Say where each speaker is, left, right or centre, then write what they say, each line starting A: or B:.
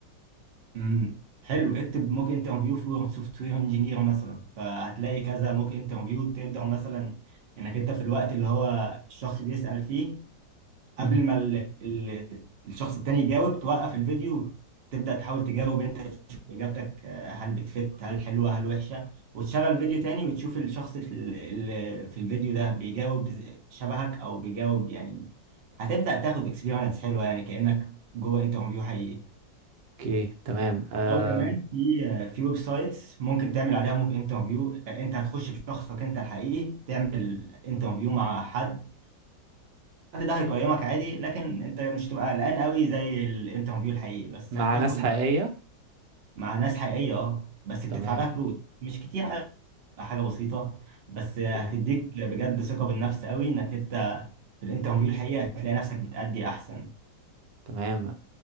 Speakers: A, on the right (about 55°); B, on the right (about 80°).
A: امم حلو اكتب موك انترفيو فور سوفت وير انجينير مثلا فهتلاقي كذا موك انترفيو تقدر مثلا انك انت في الوقت اللي هو الشخص بيسأل فيه
B: مهم.
A: قبل ما ال... ال... الشخص التاني يجاوب توقف الفيديو وتبدأ تحاول تجاوب انت تشوف اجابتك آه، هل بتفت هل حلوة هل وحشة وتشغل فيديو تاني وتشوف الشخص ال- ال- في الفيديو ده بيجاوب ز- شبهك او بيجاوب يعني هتبدأ تاخد اكسبيرينس حلوة يعني كأنك جوه انترفيو حقيقي
B: أوكي تمام آه
A: او كمان في آه، في ويب سايتس ممكن تعمل عليها موك انترفيو انت هتخش بشخصك انت الحقيقي تعمل انترفيو مع حد حد ده هيقيمك عادي لكن انت مش هتبقى قلقان قوي زي الانترفيو الحقيقي بس
B: مع
A: هتاخد
B: ناس حقيقية
A: مع ناس حقيقية اه بس بتدفع
B: تمام
A: لها فلوس مش كتير قوي، حاجة بسيطة بس هتديك
B: أوكي
A: بجد ثقة بالنفس قوي انك انت في الانترفيو الحقيقي هتلاقي نفسك بتأدي احسن
B: تمام